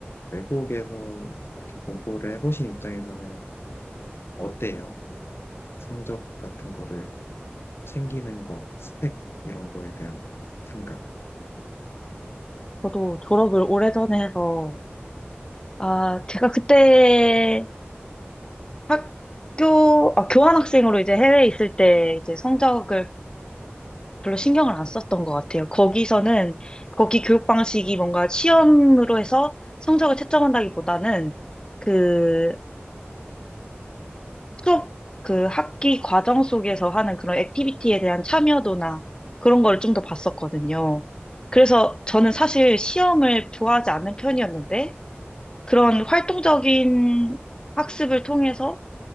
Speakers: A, on the left; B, on the left.
A: 외국에서 이렇게 공부를 해보신 입장에서는 어때요? 성적 같은 거를 챙기는 거, 스펙 이런 거에 대한 생각.
B: 저도 졸업을 오래전에 해서, 아, 제가 그때 학교, 아, 교환학생으로 이제 해외에 있을 때 이제 성적을 별로 신경을 안 썼던 것 같아요. 거기서는, 거기 교육 방식이 뭔가 시험으로 해서 성적을 채점한다기보다는 그 수업 그 학기 과정 속에서 하는 그런 액티비티에 대한 참여도나 그런 걸 좀 더 봤었거든요. 그래서 저는 사실 시험을 좋아하지 않는 편이었는데 그런 활동적인 학습을 통해서